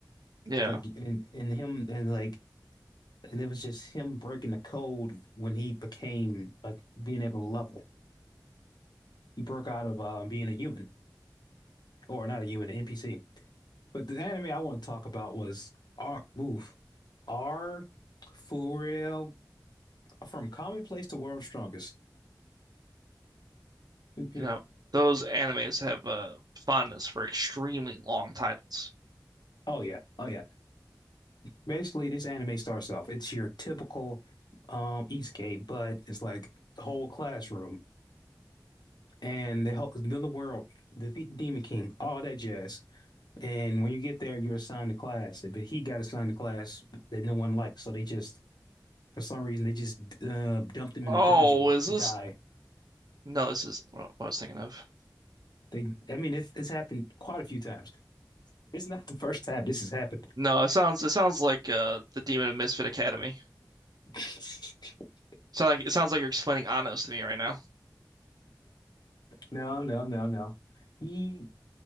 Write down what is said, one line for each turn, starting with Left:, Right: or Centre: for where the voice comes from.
Right: Yeah,
Left: Like and and him and like and it was just him breaking the code when he became like being able to level. He broke out of uh, being a human or not a human, an NPC. But the anime I want to talk about was R. Oof, R. For real, from commonplace to world's strongest. <laughs>
Right: you know, those animes have a fondness for extremely long titles.
Left: Oh yeah, oh yeah. Basically, this anime starts off. It's your typical um Isekai, but it's like the whole classroom. and they help us know the world, defeat the Demon King, all that jazz. And when you get there, you're assigned a class, but he got assigned a class that no one likes. So they just, for some reason, they just uh, dumped him in
Right: Oh,
Left: a dungeon
Right: is
Left: to
Right: this?
Left: die.
Right: No, this isn't what I was thinking of.
Left: They, I mean, it's, it's happened quite a few times. It's not the first time this has happened.
Right: No, it sounds it sounds like uh, the Demon of Misfit Academy.
Left: <laughs>
Right: Sound like it sounds like you're explaining Anno's to me right now.
Left: No, no, no, no. He